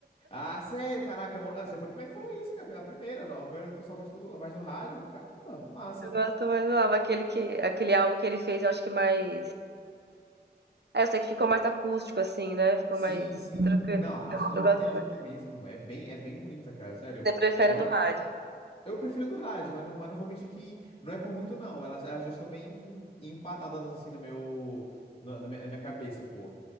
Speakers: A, on the left; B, on the right.
A: Ah, sério, caraca, mo- ah, você foi o primeiro que falou isso, cara. A primeira, não, a primeira, o pessoal gosta do- mais do rádio. Caramba, massa.
B: Eu gosto mais do álbum. Aquele, que, aquele álbum que ele fez, eu acho que mais. É, eu sei que ficou mais acústico, assim, né? Ficou
A: Sim,
B: mais
A: sim.
B: tranquilo.
A: Não, a
B: Eu,
A: a sonoridade
B: eu gosto
A: é linda
B: mais.
A: mesmo. É bem, é bem bonita, cara. Sério.
B: Você prefere
A: É uma...
B: do rádio?
A: Eu prefiro a do rádio, mas não, mas não vou mentir que não é por muito, não. Elas, elas duas estão bem empatadas assim no meu, na, na minha, na minha cabeça, pô.